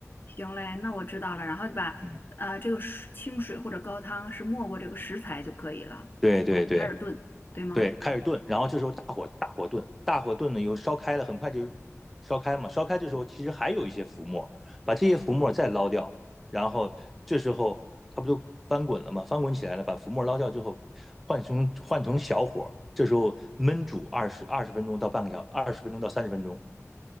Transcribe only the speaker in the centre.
嗯对对对
对，开始炖，然后这时候大火大火炖，大火炖呢又烧开了，很快就烧开嘛，烧开这时候其实还有一些浮沫，把这些浮沫再捞掉，然后这时候它不就翻滚了吗？翻滚起来了，把浮沫捞掉之后，换成换成小火，这时候焖煮二十二十分钟到半个小，二十分钟到三十分钟。